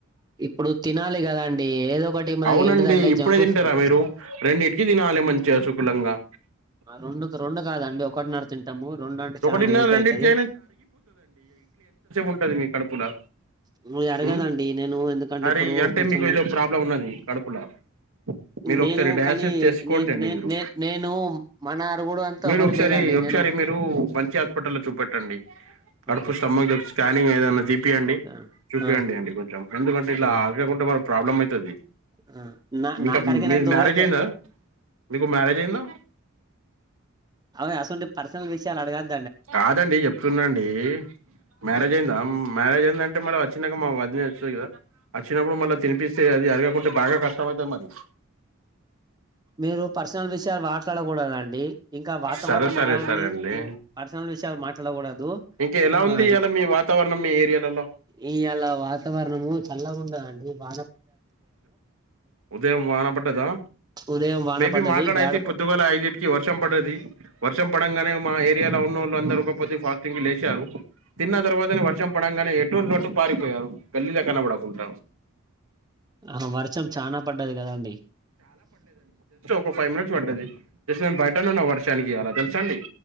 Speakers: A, on the right; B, on the right.
A: ఇప్పుడు తినాలి కదండి ఏదో ఒకటి మనకి
B: అవునండి
A: ఏంటిదంటే
B: ఇప్పుడే
A: జంక్
B: తింటారా
A: ఫుడ్
B: మీరు రెండింటికి తినాలి మంచి మంచిగా శుకులంగా
A: రెండు రెండు కాదండి ఒకటిన్నర కి తింటాము రెండు అంటే
B: ఒకటిన్నర
A: చాలా లేట్
B: రెండిటికి
A: అయితది
B: ఉంటాది మీ కడపులా
A: అది అడగదండి
B: హు
A: నేను ఎందుకంటే
B: అరి
A: ఇప్పుడు
B: అంటే
A: కొంచెము
B: మీకు ఏదో ప్రాబ్లం ఉన్నది కడుపులో మీరు
A: నేను
B: ఒకసారి డయాసిస్
A: కానీ
B: చేసుకోండి
A: నే
B: అండి
A: నే
B: మీరు
A: నే నేను మన అరుగుడు అంతా
B: మీరు
A: ఎవరు
B: ఒకసారి
A: లేదండి
B: ఒకసారి
A: నేను
B: మీరు మంచి హాస్పిటల్లో లో చూపెట్టండి కడుపు
A: ఓకే
B: స్టమక్ స్స్కానింగ్ ఏదైనా దీపియంండి
A: ఓకే
B: చూపియండి
A: ఆ
B: అండి కొంచెం ఎందుకంటే ఇట్లా
A: ఆ
B: అరగక ఉంటే మన ప్రాబ్లం అయితది
A: ఆ నా
B: మీకా
A: నాకు అడిగినంత
B: మీ మ్యారేజ్
A: వరకు
B: అయిందా మీకు మ్యారేజ్ అయిందా
A: అవును అసవంటి పర్సనల్ విషయాలు అడగద్దు
B: కాదండి చెప్తున్నాండి మ్యారేజ్ అయిందా మ్యారేజ్ ఏందంటే మ వచ్చిన మ వద వచ్చా వచ్చినప్పుడు మళ్ళీ తినిపిస్తే అది అరగకుంటే బాగా కష్టం అవుతంది మరి
A: మీరు పర్సనల్ విషయాలు మాట్లాడకూడదండి ఇంకా వాతావరణం
B: సరే సరే
A: ఎలా ఉండే
B: సరే అండి
A: ఇం పర్సనల్ విషయాలు మాట్లాడకూడదు
B: ఇంకా ఎలా
A: ఆ
B: ఉంది ఇయాలా మీ వాతావరణం మీ ఏరియాలలో
A: ఇ అలా వాతావరణము చల్లకుండ అడి వా
B: ఉదయం వాన పడ్డదా
A: ఉదయం వాన
B: మేబి
A: పడ్డది
B: మాక్కడ
A: గాడ
B: అయితే పొద్దుగాల ఐదుటికి వర్షం పడది వర్షం పడంగానే ఏరియాలో ఉన్న వాళ్ళు అందరు ఒక ఫాస్టింగ్ లేరు తిన్న తర్వాతే వర్షం చెప్పడంగానే ఎటో లోటు పారిపోయారు గల్లీలో కనపడకుంట
A: ఆ వర్షం చనా పడ్డది కదండి
B: ఫ ఫైవ్ మినిట్ పడది జస్ట్ నేను బయటను్ వర్నికి ఇలా తెలుసండి